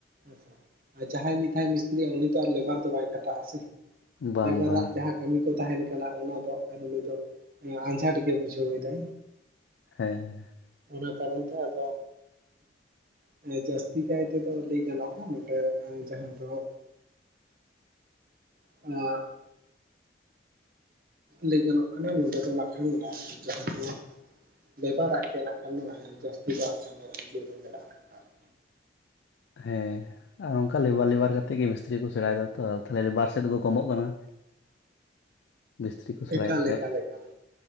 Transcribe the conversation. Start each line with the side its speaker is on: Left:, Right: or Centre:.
Right: ᱟᱪᱪᱷᱟ ᱟᱨ ᱡᱟᱦᱟᱸᱭ ᱢᱤᱫ ᱫᱷᱟᱣ ᱢᱤᱥᱛᱤᱨᱤᱜ-ᱟ ᱩᱱᱤ ᱫᱚ ᱟᱨ ᱞᱮᱵᱟᱨ ᱫᱚ ᱵᱟᱭ ᱠᱷᱟᱴᱟᱜ ᱟᱥᱮ,
Left: ᱵᱟᱝ
Right: ᱞᱮᱵᱟᱨᱟᱜ
Left: ᱵᱟᱝ
Right: ᱡᱟᱦᱟᱸ ᱠᱟᱹᱢᱤ ᱠᱚ ᱛᱟᱦᱮᱱ ᱠᱟᱱᱟ ᱚᱱᱟ ᱫᱚ ᱟᱜ-ᱠᱷᱟᱱ ᱩᱱᱤ ᱫᱚ ᱟᱸᱡᱷᱟᱴ ᱜᱮ ᱵᱩᱡᱷᱟᱹᱣᱮᱫᱟᱭ,
Left: ᱦᱮᱸᱻᱮ
Right: ᱚᱱᱟ ᱠᱟᱨᱚᱱ ᱛᱮ ᱟᱫᱚ ᱦᱟᱱᱮ ᱡᱟᱹᱛᱤ ᱠᱟᱭ ᱛᱮ ᱫᱚ ᱧᱮᱞᱚᱜ-ᱟ ᱱᱚᱸᱰᱮ ᱡᱟᱸᱦᱟᱱ ᱵᱮᱜᱚᱨ, <inaudible> ᱞᱟᱹᱭ ᱜᱟᱱᱚᱜ ᱠᱟᱱᱟ ᱱᱚᱸᱰᱮ ᱫᱚ <inaudible> ᱡᱟᱦᱟᱸ ᱫᱚ ᱞᱮᱵᱟᱨᱟᱜ ᱜᱮ ᱱᱟᱜ ᱠᱷᱟᱱ ᱡᱟᱹᱥᱛᱤ ᱫᱚ ᱟᱜ-ᱠᱷᱟᱱ ᱤᱭᱟᱹ ᱢᱮᱱᱟᱜ ᱟᱠᱟᱫᱟ ᱾
Left: ᱦᱮᱸᱻ ᱚᱝᱠᱟ ᱞᱮᱵᱟᱨ ᱞᱮᱵᱟᱨ ᱠᱟ ᱠᱟᱛᱮᱫ ᱜᱮ ᱢᱤᱥᱛᱨᱤ ᱠᱚ ᱥᱮᱬᱟᱭᱮᱫᱟ ᱛᱚ ᱛᱟᱦᱞᱮ ᱞᱮᱵᱟᱨ ᱥᱮᱫ ᱫᱚᱠᱚ ᱠᱚᱢᱚᱜ ᱠᱟᱱᱟ᱾ ᱢᱤᱥᱛᱨᱤ ᱠᱚ ᱥᱮᱬᱟᱭᱮᱜ
Right: ᱮᱠᱟᱞ
Left: ᱠᱷᱟᱡ,
Right: ᱮᱠᱟᱞ ᱮᱠᱟᱞ